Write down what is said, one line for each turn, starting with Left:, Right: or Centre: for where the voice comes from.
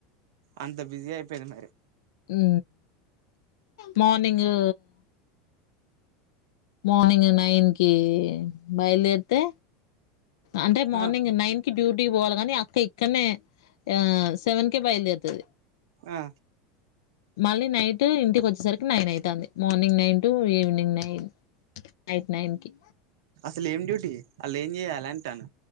Right: అంత బిజీ అయిపోయింది మరి
Left: ఊ మార్నింగూ మార్నింగ్ నైన్ కి బయలుదేరితే అంటే మార్నింగ్
Right: ఆ
Left: నైన్ కి డ్యూటీకి పోవాల గానీ అక్క ఇక్కన్నే ఆ సెవెన్ కే బయల్దేర్తది
Right: ఆ
Left: మళ్ళీ నైటు ఇంటికొచ్చేసరికి నైన్ అయితాంది morning nine to evening nine night nine కి
Right: అసలేం డ్యూటీ ఆళ్లేం జేయ్యాలె అంటాన్న